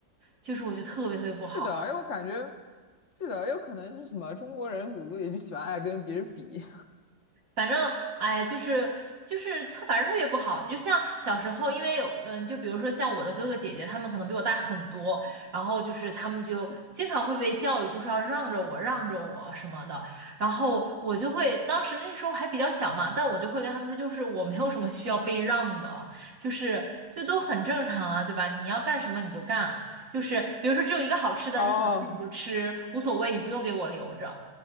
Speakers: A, on the right; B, on the left.
A: 就是我觉得特别特别不好。
B: 是的，因为我感觉是的，有可能是什么中国人骨子里就喜欢爱跟别人比。
A: 反正，哎呀，就是就是特，反正特别不好。你就像小时候，因为有，嗯，就比如说像我的哥哥姐姐，他们可能比我大很多，然后就是他们就经常会被教育，就是要让着我，让着我什么的。然后我就会，当时那时候还比较小嘛，但我就会跟他们说，就是我没有什么需要被让的，就是就都很正常啊，对吧？你要干什么你就干，就是比如说只有一个好吃的，
B: <laughs> 哦
A: 你想吃你就吃，无所谓，你不用给我留着，